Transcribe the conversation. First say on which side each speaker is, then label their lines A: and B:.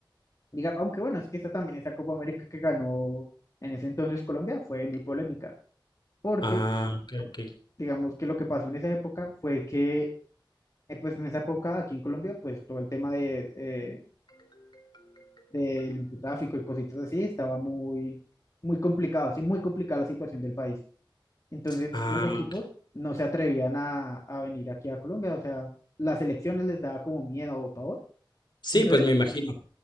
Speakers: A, on the left (about 40°); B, on the left (about 65°).
A: diga, aunque bueno, es que esa también, esa Copa América que ganó en ese entonces Colombia fue muy polémica, porque
B: Ah, ok, ok.
A: digamos que lo que pasó en esa época fue que, eh, pues en esa época aquí en Colombia, pues todo el tema de, eh, del tráfico y cositas así estaba muy, muy complicado, sí, muy complicada la situación del país. Entonces
B: Ah,
A: los equipos
B: ok.
A: no se atrevían a, a venir aquí a Colombia, o sea, las elecciones les daba como miedo o pavor.
B: Sí,
A: Entonces,
B: pues me imagino.